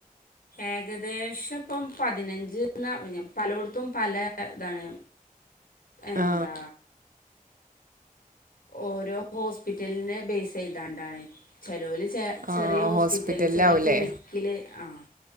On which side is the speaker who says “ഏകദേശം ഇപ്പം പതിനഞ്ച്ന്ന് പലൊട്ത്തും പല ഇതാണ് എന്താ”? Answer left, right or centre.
Left